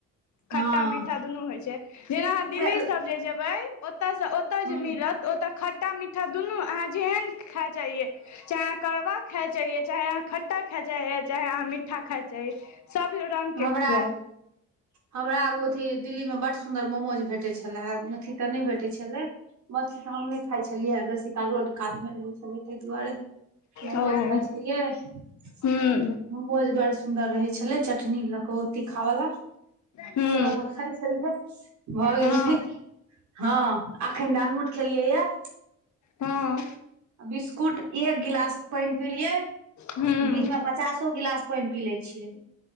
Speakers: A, on the left; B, on the right.
A: खट्टा
B: हँ
A: मीठा दुनू होइत छै जेना अहाँ दिल्लीसभ
B: हे
A: जे जेबै ओतयसँ ओतय
B: हूं
A: जे मिलत ओत खट्टा मीठा दुनू अहाँ जेहन खाए चाहिये चाहे अहाँ करवा खाई चाहिए चाहे अहाँ खट्टा खाई चाहिए चाहे अहाँ मीठ्ठा खाई चाहिए सभ रंगके
B: हमरा
A: खुआयत
B: हमरा आब अथी दिल्ली मे बड़ सुंन्दर मोमोज भेटै छले अथी तऽ नहि भेटै छलै मछली तऽ हम नहि खाय छलियै बेसी काल रोड कात मे रहे छले ताहि दुआरे मोमोज
A: ओ
B: खाई छल सि
A: हूँ
B: महोज बड़ सुन्दर रहै छलै चटनी लऽ क ओ तीखा वाला
A: हू
B: <unintelligible> भऽ गेलै
A: हँ
B: ह अखन दालमोट खेलियै यऽ
A: हँ
B: आ बिस्कुट एक गिलास पानि पिलिये
A: हूँ
B: दिन मे पचासो गिलास पानि पी ले छियै